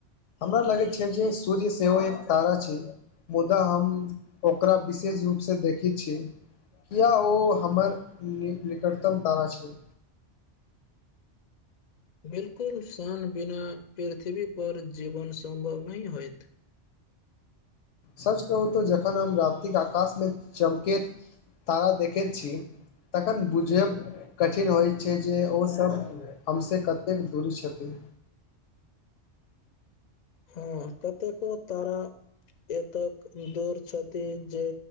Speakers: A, on the left (about 80°); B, on the left (about 50°).
A: हमरा लागैत छै जँ सूर्य सेहो एक तारा छै मुदा हम ओकरा विशेष रूपसँ देखी छे किया ओ हमर नहि निकटतम तारा छे
B: बिल्कुल शान बिना पृथ्वीपर जीवन सम्भव नहि होइत
A: सच कहू तऽ जखन हम रातिके आकाशमे चमकेत तारा देखैत छी तखन बुझब कठिन होइत छै जँ ओसभ हमसँ कतेक दूरी छथिन
B: हाँ कतेको तारा एतक दूर छथि जँ